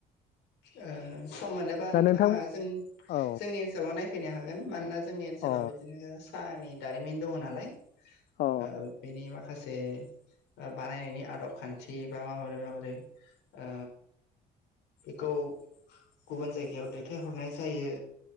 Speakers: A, on the left; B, on the left.
A: ओ सम मोनोबा
B: दा
A: नोंथाङा
B: नोंथां
A: जों
B: औ
A: जोंनि ओनसोलाव नायफैनो हागोन। मानोना जोंनि ओनसोलाव
B: औ
A: बिदिनो साहानि दारिमिन दङ नालाय
B: औ
A: ओ बेनि मा माखासे बानायनायनि आदब खान्थि बा माबोरै माबोरै ओ <unintelligible> गुबुन जायगायाव दैथायहरनाय जायो।